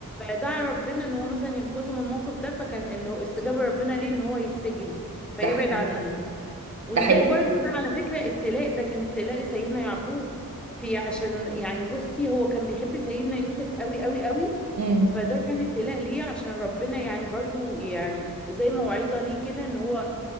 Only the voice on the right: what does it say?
ده حقيقي
ده حقيقي
امم